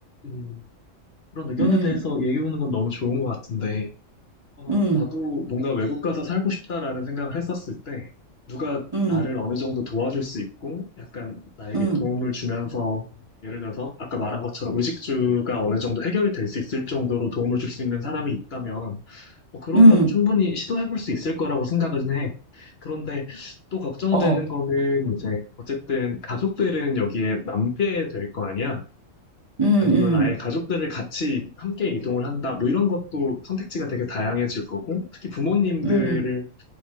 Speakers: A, on the left (about 55°); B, on the right (about 25°).
A: 음, 그런 의견에
B: 음,
A: 대해서 얘기해보는 건 너무 좋은 것 같은데, 어,
B: 음,
A: 나도 뭔가 외국 가서 살고 싶다라는 생각을 했었을 때, 누가
B: 음,
A: 나를 어느 정도 도와줄 수 있고, 약간 나에게
B: 음,
A: 도움을 주면서, 예를 들어서, 아까 말한 것처럼 의식주가 어느 정도 해결이 될 수 있을 정도로 도움을 줄 수 있는 사람이 있다면, 어, 그러면
B: 음.
A: 충분히 시도해볼 수 있을 거라고 생각은 해. 그런데 또 걱정되는
B: 어,
A: 거는 이제, 어쨌든 가족들은 여기에 남게 될 거 아니야?
B: 음,
A: 아니면
B: 음,
A: 아예 가족들을 같이 함께 이동을 한다. 뭐 이런 것도 선택지가 되게 다양해질 거고, 특히 부모님들을
B: 음,